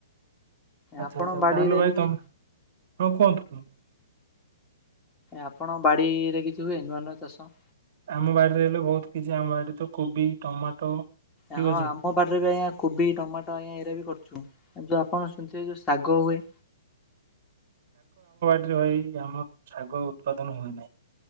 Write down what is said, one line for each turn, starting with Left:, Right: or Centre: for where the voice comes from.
Right: ଆଚ୍ଛା,
Left: ଆପଣ
Right: ଆଚ୍ଛା,
Left: ବାଡିରେ
Right: ତାହେଲେ ଭାଇ
Left: କିଛି
Right: ତମ ର କ'ଣ
Left: ଆପଣଙ୍କ ବାଡିରେ କିଛି ହୁଏ ନୂଆ ନୂଆ ଚାଷ?
Right: ଆମ ବାଡିରେ ହେଲେ ବହୁତ କିଛି ଆମ ବାଡିରେ ତ କୋବି, ଟମାଟୋ ଠିକ
Left: ଆଁ ହଁ,
Right: ଅଛି
Left: ଆମ ବାଡ଼ିରେ ବି ଆଜ୍ଞା କୋବି ଟମାଟୋ ଆଜ୍ଞା ଏଇରା ବି କରୁଛୁ। ଯୋଉ ଆପଣ ଶୁଣିଥିବେ ଯୋଉ ଶାଗ ହୁଏ।
Right: ରେ ଭାଇ ଆମର ଶାଗ ଉତ୍ପାଦନ ହୁଏ ନାହିଁ।